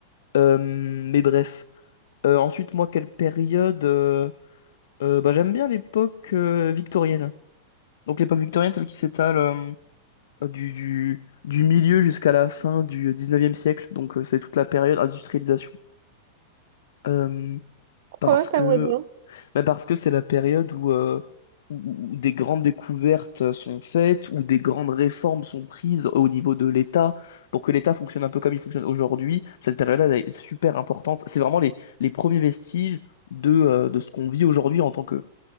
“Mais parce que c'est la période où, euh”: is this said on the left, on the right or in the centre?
Left